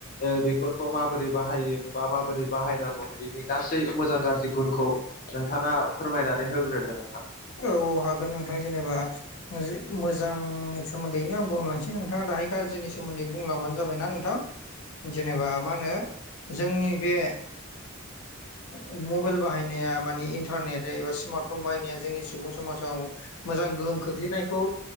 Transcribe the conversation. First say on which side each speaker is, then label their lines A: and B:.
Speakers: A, on the left; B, on the left.
A: ओ बेखरखौ माबोरै बाहायो बा माबोरै बाहायनांगौ बिनि गासै मोजां गाज्रि गुनखौ नोंथाङा फोरमायनानै होग्रोदो नोंथां।
B: औ औ हागोन नोंथां जेनेबा मोज मोजांनि सोमोन्दैनो आं बुंलांसै नोंथाङा दाहाय गाज्रिनि सोमोन्दै बुंलांबानो जाबायना नोंथां जेनेबा मा होनो जोंनि बे ओ मबाइल बाहायनाया मानि इनट टारनेट एबा स्मार्टफन बाहायनाया जोंनि सुबुं समाजाव मोजां गोहोम खोख्लैनायखौ